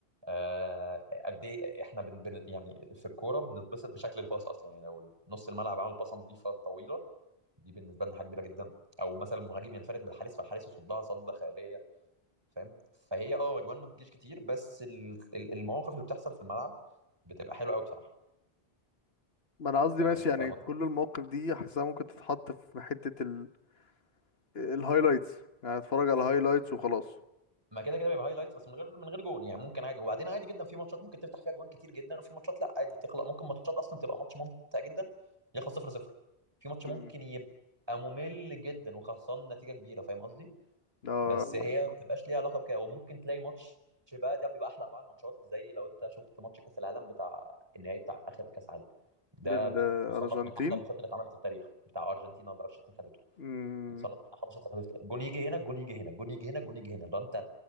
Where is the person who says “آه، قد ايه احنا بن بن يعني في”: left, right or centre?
Right